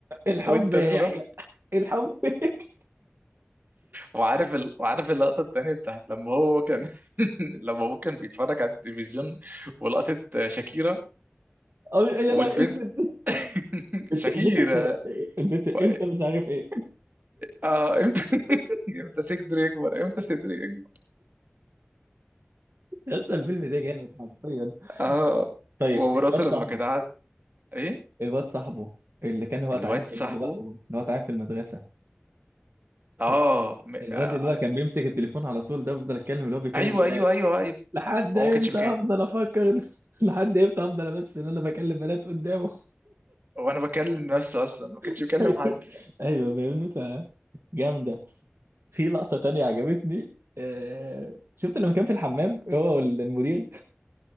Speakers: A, on the right; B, on the right.
A: الحب
B: وانت
A: يا
B: المغفل
A: يحيى الحب <laughs>
B: وعارف ال... وعارف اللقطة التانية بتاعت لما هو كان <laughs> لما هو كان بيتفرج على التلفزيون ولقطة شاكيرا
A: أو- يا
B: والبنت
A: نهار اسود
B: <laughs> شاكيرا
A: انت البيت الصغ... البيت انت
B: و...
A: مش عارف ايه
B: آه امتى <laughs> امتى صدري يكبر امتى صدري يكبر <laughs>
A: لسه الفيلم ده جامد حرفيا
B: اه
A: طيب
B: ومراته
A: الواد
B: لما
A: صاحبه
B: كانت قاعد ايه
A: الواد صاحبه اللي كان هو
B: الواد
A: تعبان في
B: صاحبه
A: المدرسه اللي هو تعبان في المدرسه
B: اه
A: ال-
B: م... آه،
A: الواد اللي هو كان بيمسك التليفون على طول ده بفضل اتكلم اللي هو بيكلم
B: ايوه
A: بنات
B: ايوه ايوه ايوه
A: لحد
B: هو
A: امتى
B: ما كانش بكام
A: افضل افكر إن- <laughs> لحد امتى افضل بس ان انا بكلم بنات قدامه
B: هو انا بكلم نفسه اصلا ما كانش
A: <laughs>
B: بكلم حد
A: ايوه فاهمني ف جامده في لقطه تانية عجبتني آه، شفت لما كان في الحمام هو والمدير